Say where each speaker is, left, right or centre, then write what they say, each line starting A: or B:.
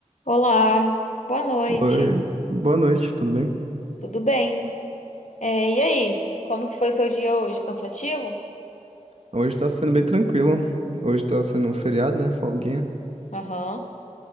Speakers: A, on the left; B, on the right.
A: Olá, boa noite,
B: Oi, boa noite, tudo bem?
A: tudo bem? É, e aí, como que foi o seu dia hoje? Cansativo?
B: Hoje tá sendo bem tranquilo. Hoje tá sendo um feriado, né? Folguinha.
A: Aham,